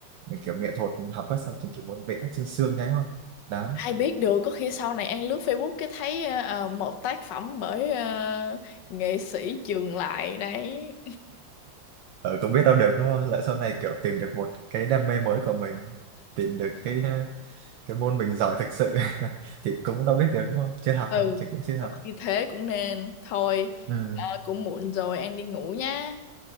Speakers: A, on the right; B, on the left.
A: kiểu nghệ thuật học quá sâu chị chỉ muốn vẽ sương xương thế thôi đó
B: Ai biết được có khi sau này An lướt Facebook cái thấy ờ, ờ, một tác phẩm bởi ờ, nghệ sĩ Trường Lại đấy.
A: ở cũng biết đâu được đúng không lỡ sau này kiểu tìm được một cái đam mê mới của mình tìm được cái cái môn mình giỏi thực sự <laughs> thì cũng đâu biết được đúng không chưa học
B: Ừ,
A: mà chị cũng chưa học
B: có khi thế cũng nên. Thôi,
A: ừ.
B: ờ, cũng muộn rồi An đi ngủ nhá.